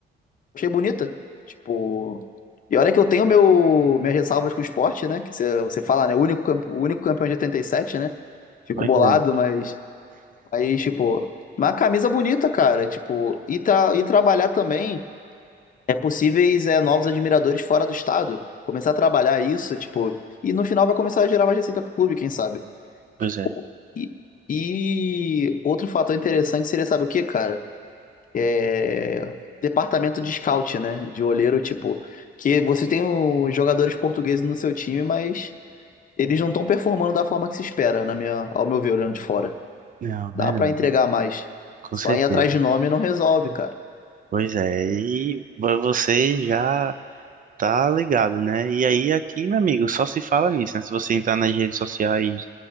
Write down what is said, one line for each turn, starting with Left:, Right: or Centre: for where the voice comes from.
Left: achei bonita, tipo, e olha que eu tenho meu, minhas ressalvas com o esporte, né, que você você fala, né, o único, campe- o único campeão de 87, né, fico
Right: Pois
Left: bolado,
Right: é,
Left: mas Aí, tipo, uma camisa bonita, cara. Tipo, e, tra e trabalhar também é possíveis é, novos admiradores fora do estado. Começar a trabalhar isso, tipo, e no final vai começar a gerar mais receita pro clube, quem sabe?
Right: pois
Left: Tipo,
Right: é.
Left: e, e outro fator interessante seria, sabe o quê, cara? É. Departamento de scout, né? De olheiro, tipo, que você tem os jogadores portugueses no seu time, mas eles não estão performando da forma que se espera, na minha, ao meu ver, olhando de fora.
Right: Não, verdade,
Left: Dá pra entregar mais.
Right: com
Left: Só
Right: certeza.
Left: ir atrás de nome não resolve, cara.
Right: Pois é, e vo- você já tá ligado, né? E aí aqui, meu amigo, só se fala nisso, né? Se você entrar nas redes sociais